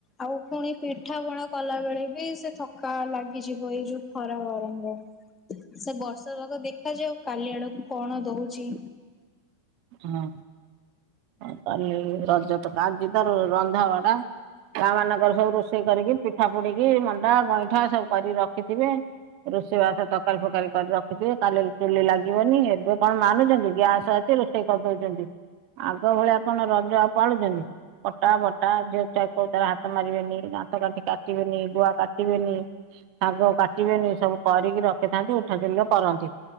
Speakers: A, on the left (about 20°); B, on the right (about 45°).
A: ଆଉ ପୁଣି ପିଠା ପଣା କଲା ବେଳେ ବି ସେ ଥକା ଲାଗିଯିବ ଏଇ ଯୋଉ ଖରା ଗରମରେ ସେ ବର୍ଷା ଯାକ ଦେଖାଯାଉ କାଲି ଆଡକୁ। କଣ ଦଉଛି?
B: ହଁ ଆଉ କାଲି ରଜ ତକ ଆଜି ତ ରନ୍ଧାବଢା। ଗାଁମାନଙ୍କରେ ସବୁ ରୋଷେଇ କରିକି ପିଠା ପୋଡିକି ମଣ୍ଡା ଗଇଁଠା ସବୁ କରିକି ରଖିଥିବେ। ରୋଷେଇ ବାସ ତରକାରୀ ଫରକାରୀ କରି ରଖିଥିବେ କାଲି ଚୁଲି ଲାଗିବନି। ଏବେ କଣ ମାନୁଛନ୍ତି? ଗ୍ୟାସ ଅଛି ରୋଷ କରିଦଉଛନ୍ତି ଆଗ ଭଳିଆ କଣ ରଜ ଆଉ ପାଳୁଛନ୍ତି? କଟା ବଟା ଝିଅଛୁଆ କୋଉଟାରେ ହାତ ମାରିବେନି ଦାନ୍ତକାଠି କାଟିବେନି ଗୁଆ କାଟିବେନି। ଶାଗ କାଟିବେନି ସବୁ କରିକି ରଖିଥାନ୍ତି ଉଠା ଚୁଲିରେ କରନ୍ତି।